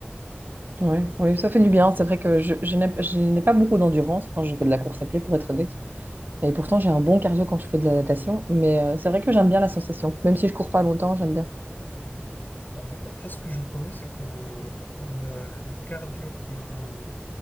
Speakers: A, on the right (about 50°); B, on the left (about 50°).
A: Ouais, ouais, ça fait du bien. C'est vrai que je, je n'ai je n'ai pas beaucoup d'endurance quand je fais de la course à pied, pour être honnête. Et pourtant, j'ai un bon cardio quand je fais de la natation. Mais euh, c'est vrai que j'aime bien la sensation. Même si je cours pas longtemps, j'aime bien.
B: Bon, d'après ce que je connais, c'est que le, le cardio que